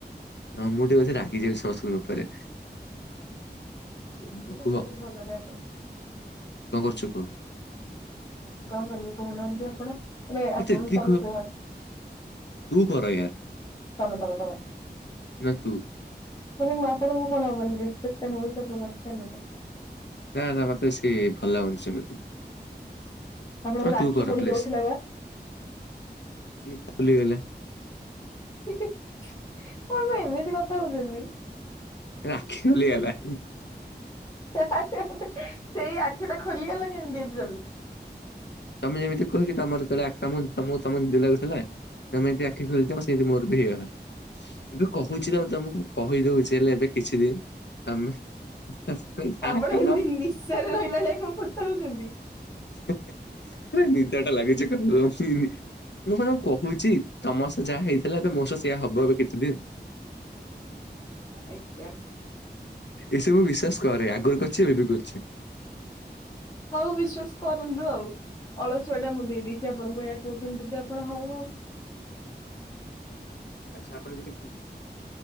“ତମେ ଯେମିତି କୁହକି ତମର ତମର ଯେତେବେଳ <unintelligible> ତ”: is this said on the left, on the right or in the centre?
Left